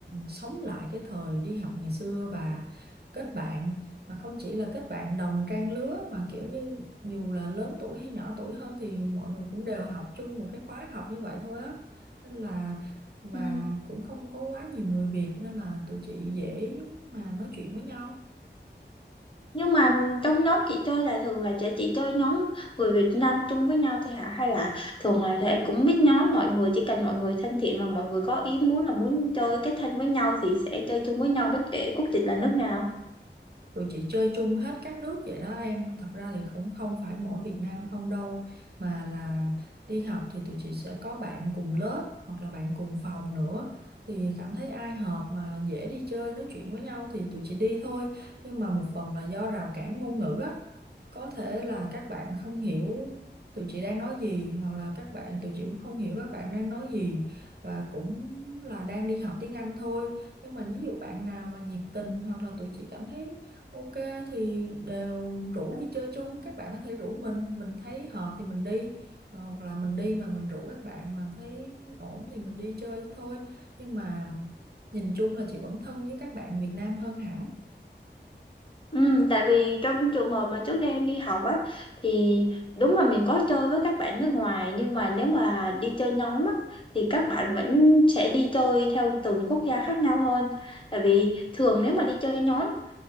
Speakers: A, on the right; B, on the left.
A: sống lại cái thời đi học ngày xưa và kết bạn mà không chỉ là kết bạn đồng trang lứa mà kiểu như dù là lớn tuổi hay nhỏ tuổi hơn thì mọi người cũng đều học chung một cái khóa học như vậy thôi á nên là và
B: ừ.
A: cũng không có quá nhiều người Việt nên là tụi chị dễ mà nói chuyện với nhau
B: Nhưng mà trong nhóm chị chơi là thường là chị, chị chơi nhóm người Việt Nam chung với nhau thôi hả? Hay là thường là sẽ cũng biết nhóm mọi người chỉ cần mọi người thân thiện mà mọi người có ý muốn là muốn chơi kết thân với nhau thì sẽ chơi chung với nhau bất kể quốc tịch là nước nào.
A: tụi chị chơi chung hết các nước vậy đó em thật ra thì cũng không phải mỗi Việt Nam không đâu mà là đi học thì tụi chị sẽ có bạn cùng lớp hoặc là bạn cùng phòng nữa thì cảm thấy ai hợp mà dễ đi chơi nói chuyện với nhau thì tụi chị đi thôi nhưng mà một phần là do rào cản ngôn ngữ á có thể là các bạn không hiểu tụi chị đang nói gì hoặc là các bạn tụi chị cũng không hiểu các bạn đang nói gì và cũng là đang đi học tiếng Anh thôi nhưng mà ví dụ bạn nào mà nhiệt tình hoặc là tụi chị cảm thấy Ok thì đều rủ đi chơi chung các bạn có thể rủ mình mình thấy hợp thì mình đi Ờ, hoặc là mình đi mà mình rủ các bạn mà thấy ổn thì mình đi chơi thôi nhưng mà nhìn chung là chị vẫn thân với các bạn Việt Nam hơn hẳn
B: Ừ, tại vì trong trường hợp mà trước đây em đi học á thì đúng là mình có chơi với các bạn nước ngoài nhưng mà nếu mà đi chơi nhóm á thì các bạn vẫn sẽ đi chơi theo từng quốc gia khác nhau hơn. Tại vì thường nếu mà đi chơi nhóm